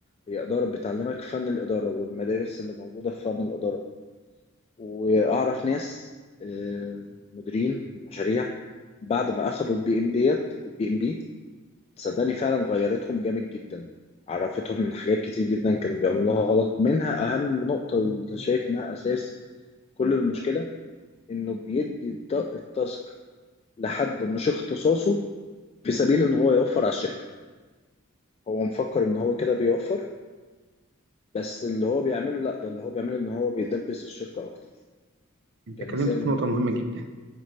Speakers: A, on the left; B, on the right.
A: هي إدارة بتعلمك فن الإدارة والمدارس اللي موجودة في فن الإدارة وأعرف ناس آه، مديرين مشاريع بعد ما أخدوا البي إم ديت البي إم بي صدقني فعلا غيرتهم جامد جدا عرفتهم إن حاجات كتير جدا كانوا بيعملوها غلط منها أهم نقطة اللي شايف إنها أساس كل المشكلة إنه بيدي الت- التاسك لحد مش اختصاصه في سبيل إن هو يوفر على الشركة هو مفكر إن هو كده بيوفر بس اللي هو بيعمله لا ده اللي هو بيعمله إن هو بيدبس الشركة أكتر
B: أنت
A: كمثال
B: اتكلمت في نقطة مهمة جدا